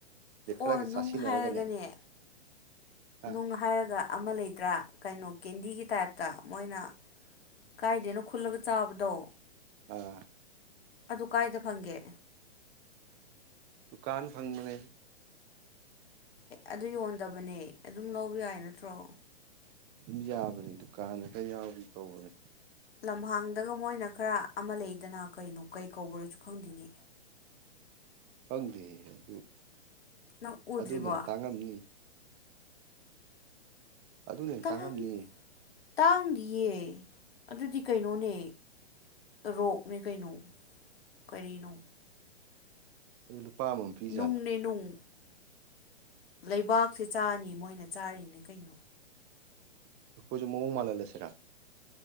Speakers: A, on the right (about 30°); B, on the left (about 70°).
A: ꯈꯔꯒ
B: ꯑꯣ ꯅꯨꯡ
A: ꯆꯥꯁꯤꯟꯅꯔꯒꯅꯦ
B: ꯍꯥꯏꯔꯒꯅꯦ
A: ꯑ
B: ꯅꯨꯡ ꯍꯥꯏꯔꯒ ꯑꯃ ꯂꯩꯇ꯭ꯔꯥ ꯀꯩꯅꯣ ꯀꯦꯟꯗꯤꯒꯤ ꯇꯥꯏꯞꯇ ꯃꯣꯏꯅ ꯀꯥꯏꯗꯦꯅꯣ ꯈꯨꯜꯂꯒ ꯆꯥꯕꯗꯣ
A: ꯑꯥ
B: ꯑꯗꯨ ꯀꯥꯏꯗ ꯐꯪꯒꯦ
A: ꯇꯗꯨꯀꯥꯟ ꯐꯪꯕꯅꯦ
B: ꯑꯗꯨ ꯌꯣꯟꯗꯕꯅꯦ ꯑꯗꯨꯝ ꯂꯧꯕ ꯌꯥꯏ ꯅꯠꯇ꯭ꯔꯣ
A: ꯑꯗꯨꯝ ꯌꯥꯕꯅꯤ ꯗꯨꯀꯥꯟꯗ ꯀ ꯌꯥꯎꯗꯤ ꯇꯧꯕꯅꯦ
B: ꯂꯝꯍꯥꯡꯗꯒ ꯃꯣꯏꯅ ꯈꯔ ꯑꯃ ꯂꯩꯗꯅ ꯀꯩꯅꯣ ꯀꯩ ꯀꯧꯕꯔꯁꯨ ꯈꯪꯗꯦꯅꯦ
A: ꯐꯪꯗꯦ ꯑꯗꯨ
B: ꯅꯪ ꯎꯗ꯭ꯔꯤꯕꯣ
A: ꯑꯗꯨꯅꯦ ꯇꯥꯡꯉꯝꯅꯤ ꯑꯗꯨꯅ ꯍꯦ
B: ꯇꯥꯡ
A: ꯇꯥꯡꯉꯝꯅꯤ
B: ꯇꯥꯡꯗꯤꯌꯦ ꯑꯗꯨꯗꯤ ꯀꯩꯅꯣꯅꯦ ꯔꯣꯛꯅꯤ ꯀꯩꯅꯣ ꯀꯔꯤꯅꯣ
A: ꯑꯗꯨ ꯑꯃꯃꯝ ꯄꯤꯖꯥꯠꯂꯥ
B: ꯅꯨꯡꯅꯦ ꯅꯨꯡ ꯂꯩꯕꯥꯛꯁꯦ ꯆꯥꯅꯤ ꯃꯣꯏꯅ ꯆꯥꯔꯤꯅꯦ ꯀꯩꯅꯣ
A: ꯈꯨꯣꯏꯖ ꯃꯑꯣꯡ ꯃꯜ ꯍꯜ ꯂ ꯁꯤꯔ